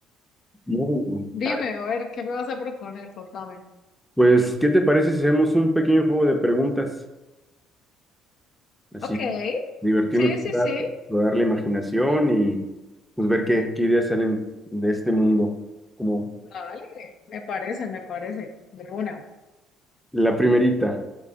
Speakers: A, in the centre; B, on the left.
A: Muy bien.
B: Dime,
A: A ver,
B: a ver, ¿qué me vas a proponer? Contame.
A: Pues, ¿qué te parece si hacemos un pequeño juego de preguntas? Así,
B: Ok,
A: divertirnos
B: sí, sí,
A: un rato,
B: sí.
A: rodar la imaginación y pues ver qué, qué ideas salen de este mundo. Como
B: Dale, me parece, me parece. De una.
A: la primerita.